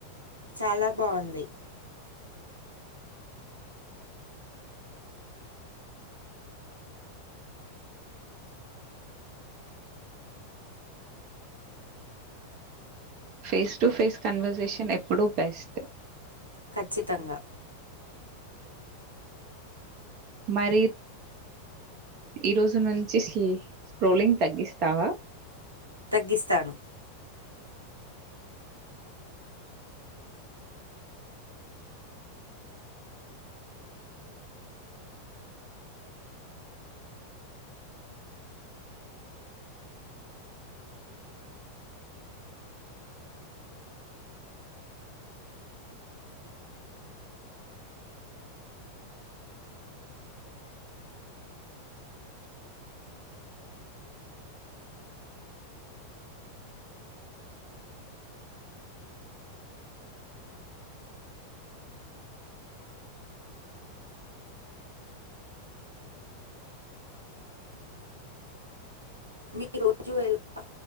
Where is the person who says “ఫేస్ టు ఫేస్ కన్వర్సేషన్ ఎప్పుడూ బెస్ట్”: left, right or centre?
Right